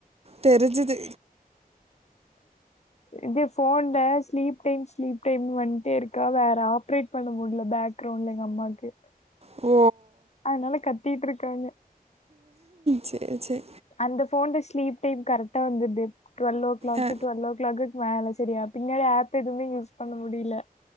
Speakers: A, on the right (about 40°); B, on the left (about 45°).
A: தெரிஞ்சிது
B: இது ஃபோன்ல ஸ்லீப் டைம் ஸ்லீப் டைம்ன் வன்ட்டே இருக்கா வேற ஆப்ரேட் பண்ண முடில பாக்ரௌண்ட்ல எங்க அம்மாக்கு
A: ஓ
B: அனால கத்திட்டிருக்காங்க
A: சேர் சேரி
B: அந்த ஃபோன்ல ஸ்லீப் டைம் கரெக்ட்டா வந்துது twelve o clock
A: uh,
B: twelve o கிளாக்குகு மேல செரியா பின்னாடி ஆப் எதுமே யூஸ் பண்ண முடில